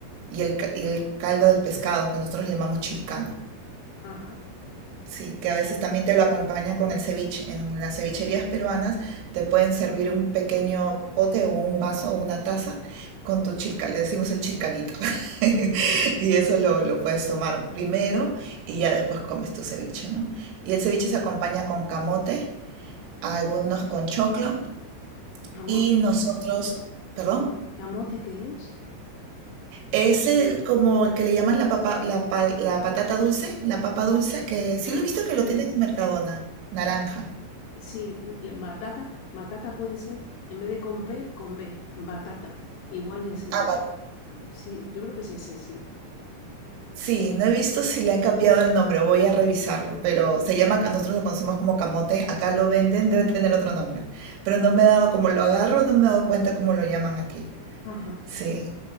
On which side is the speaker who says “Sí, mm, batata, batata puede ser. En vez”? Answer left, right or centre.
Left